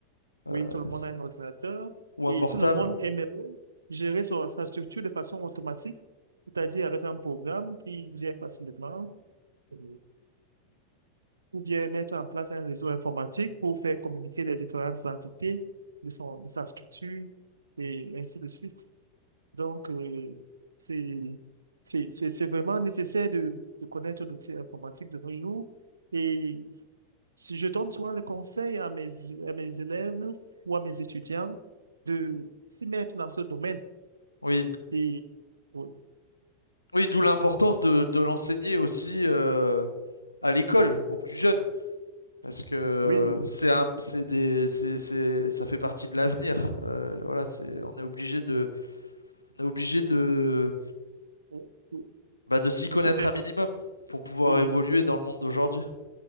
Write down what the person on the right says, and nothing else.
Oui,
tout le monde
a un ordinateur
et
tout le monde aime gérer son- sa structure de façon automatique, c'est-à-dire avec un programme qui gère facilement, euh, ou bien mettre en place un réseau informatique pour faire communiquer les différentes entités de son, de sa structure et ainsi de suite. Donc, euh, c'est, c'est, c'est c'est vraiment nécessaire de, de connaître l'outil informatique de nos jours. Et si je donne souvent le conseil à mes, à mes élèves ou à mes étudiants de s'y mettre dans ce domaine.
Et oui,
oui, euh,
oui, oui,
de
se faire.
Oui, oui,
c'est ça.